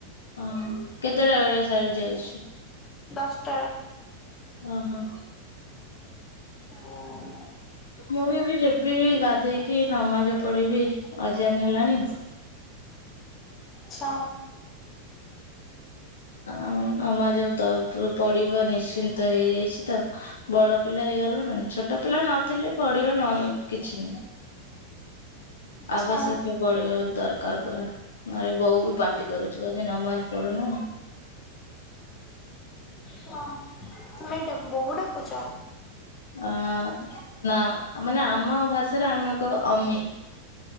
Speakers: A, on the left; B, on the left.
A: ଓହୋ। କେତେଟା ବେଳେ ସରିଯାଉଛି?
B: ଦଶଟା।
A: ଓ ହଁ।
B: ଅଁ,
A: ମୁଁ ଏବେ ଯେବି ଗାଧେଇକି ନମାଜ ପଢିବି ଅଜାନ ହେଲାଣି।
B: ଛା
A: ଆଁ, ନମାଜ ତ ପ- ପଡିବା ନିଶ୍ଚିନ୍ତ ହେଇଯାଇଛି ତ। ବଡ ପିଲା ହେଇଗଲୁଣି ଛୋଟ ପିଲା ନଥିଲେ ପଢିବା ନ କିଛି ନାହିଁ।
B: ଆଚ୍ଛା
A: ଆବଶ୍ୟକ ପଢିବା ଦରକାର ପୁରା। ନେଲେ ବୋଉ ବି ପାଟି କରୁଛୁ, କହୁଚି ନମାଜ ପଢୁନୁ। <inaudible>
B: ହଁ, ନାଇଁ ତୋମ ବୋଉ ଡାକୁୁଛ?
A: ଅଁ, ନା ଆ, ମାନେ ଆମ ଭାଷାରେ ଆମେ କହୁ ଅମି।